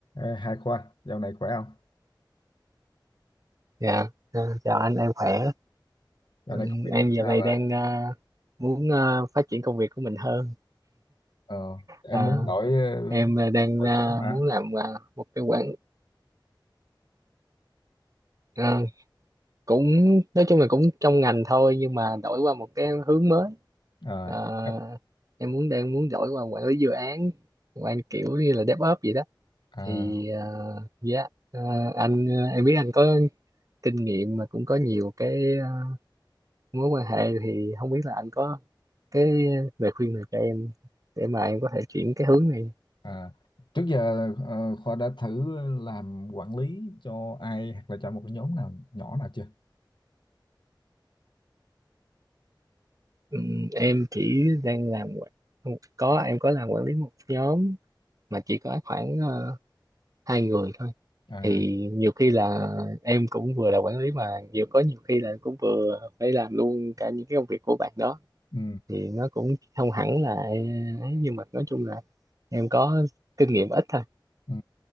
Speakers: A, on the left; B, on the right.
A: Ê, Hai Khoa, dạo này khỏe không?
B: Dạ, ờ, chào anh, em khỏe.
A: Dạo
B: Ừ,
A: này công việc
B: Em
A: thế
B: giờ
A: nào
B: này
A: rồi?
B: đang ờ, muốn ờ, phát triển công việc của mình hơn.
A: Ờ, em
B: À,
A: muốn đổi ờ,
B: em ờ, đang
A: đổi
B: ờ,
A: job hả?
B: muốn làm ờ, một cái quản ờ, cũng nói chung là cũng trong ngành thôi nhưng mà đổi qua một cái hướng mới.
A: Ờ,
B: Ờ,
A: em-
B: em muốn đang muốn đổi qua quản lý dự án, quản kiểu như là DevOps gì đó.
A: à,
B: Thì ờ, dạ, ờ, anh ờ, em biết anh có kinh nghiệm mà cũng có nhiều cái ờ, mối quan hệ thì không biết là anh có cái lời khuyên này cho em để mà em có thể chuyển cái hướng này
A: à. Trước giờ ờ, Khoa đã thử làm quản lý cho ai hoặc là cho một cái nhóm nào nhỏ nào chưa?
B: Ừm, em chỉ đang làm quản- không, có em có làm quản lý một nhóm mà chỉ có khoảng ờ, hai người thôi
A: À,
B: thì nhiều khi là em cũng vừa là quản lý mà nhiều có nhiều khi là cũng vừa phải làm luôn cả những cái công việc của bạn đó
A: ừ,
B: thì nó cũng không hẳn là ấy, nhưng mà nói chung là em có kinh nghiệm ít thôi
A: ừ.